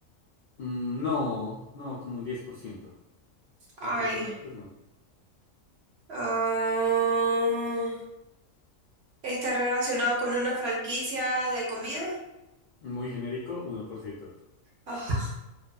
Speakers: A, on the left (about 65°); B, on the right (about 60°).
A: Mm, No, no, como un 10%.
B: Ay.
A: Parques temáticos no.
B: Ah, Está relacionado con una franquicia de comida.
A: Muy genérico, uno por ciento.
B: Ah,